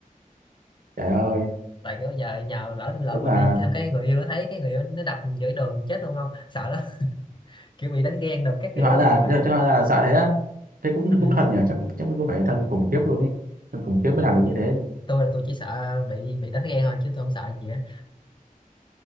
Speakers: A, on the right (about 75°); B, on the left (about 35°).
A: trời ơi
B: <laughs> tại kiểu giờ nhờ lỡ lỡ
A: đúng
B: mình
A: là
B: đi xong cái người yêu nó thấy cái người yêu nó đập mình giữa đường chết luôn không sợ lắm <laughs> kiểu bị đánh ghen đồ các
A: thế
B: kiểu
A: hóa ra
B: mệt
A: thế
B: lắm
A: hóa ra là sợ thế á thế cũng
B: ừ.
A: cũng thân nhỉ chắc chắc cũng phải thân khủng khiếp luôn ấy thân khủng khiếp mới
B: Ừ.
A: làm được như thế
B: tôi là tôi chỉ sợ bị bị đánh ghen thôi chứ tôi không sợ gì á